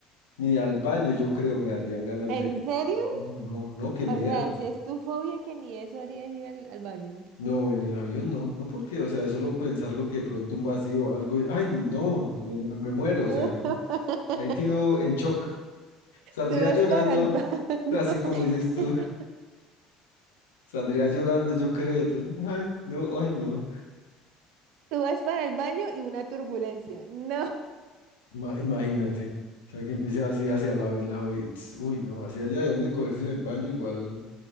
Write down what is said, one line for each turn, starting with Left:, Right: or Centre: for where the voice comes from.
Left: ni al baño yo creo me darían ganas
Right: ¿En
Left: de,
Right: serio?
Left: de- no, no, no, qué miedo,
Right: O sea, si es tu fobia que ni eso harías ir al, al baño.
Left: No, en el avión no, no porque, o sea, es solo pensar lo que de pronto un vacío, algo, y, ay, no, no, me, me- me muero, o
Right: Uh.
Left: sea, no.
Right: <laughs>
Left: Ahí quedo en shock. Saldría
Right: Tú vas
Left: llorando,
Right: para el baño.
Left: <laughs> así como
Right: <laughs>
Left: dices tú, saldría llorando, yo creo. Entonces, ay, no, ay, no.
Right: Tú vas para el baño y una turbulencia. No.
Left: Ma- imagínate, o sea, que empiece así hacia lado y lado, y, ts, uy, no, hacia allá de donde cogerse en el baño, igual.